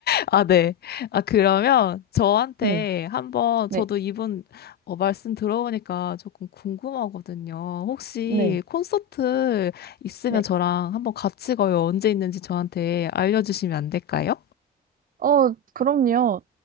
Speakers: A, on the left (about 80°); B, on the right (about 60°).
A: 아, 네. 아, 그러면 저한테
B: 네,
A: 한번
B: 네,
A: 저도 이분 어, 말씀 들어보니까 조금 궁금하거든요. 혹시
B: 네,
A: 콘서트 있으면
B: 네.
A: 저랑 한번 같이 가요. 언제 있는지 저한테 알려주시면 안 될까요?
B: 어, 그럼요.